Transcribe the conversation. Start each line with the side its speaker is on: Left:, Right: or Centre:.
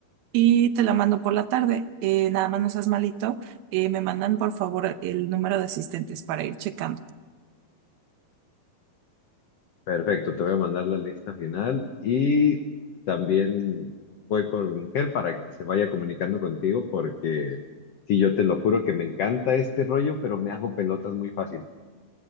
Right: Y te la mando por la tarde. Eh, nada más no seas malito. Eh, me mandan por favor el número de asistentes para ir checando.
Left: Perfecto, te voy a mandar la lista final y también voy por mi mujer para que se vaya comunicando contigo porque sí, yo te lo juro que me encanta este rollo, pero me hago pelotas muy fácil.